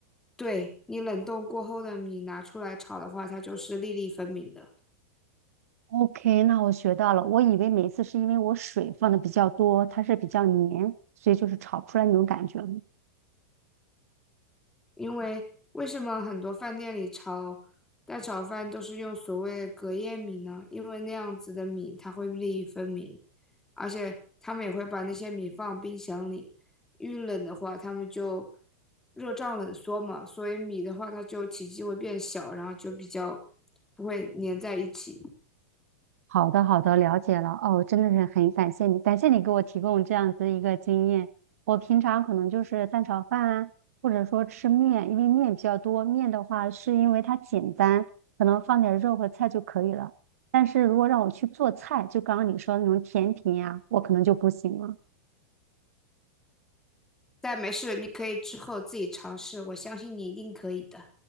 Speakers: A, in the centre; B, on the right.
A: 对，你冷冻过后的米拿出来炒的话，它就是粒粒分明的。
B: OK，那我学到了。我以为每次是因为我水放的比较多，它是比较黏，所以就是炒不出来那种感觉。
A: 因为为什么很多饭店里炒蛋炒饭都是用所谓的隔夜米呢？因为那样子的米它会粒粒分明，而且他们也会把那些米放冰箱里，遇冷的话他们就热胀冷缩嘛，所以米的话它就体积会变小，然后就比较不会粘在一起。
B: 好的，好的，了解了。哦，真的是很感谢你，感谢你给我提供这样子一个经验。我平常可能就是蛋炒饭啊，或者说吃面，因为面比较多。面的话，是因为它简单，可能放点肉和菜就可以了。但是如果让我去做菜，就刚刚你说的那种甜品呀、我可能就不行了。
A: 但没事，你可以之后自己尝试，我相信你一定可以的。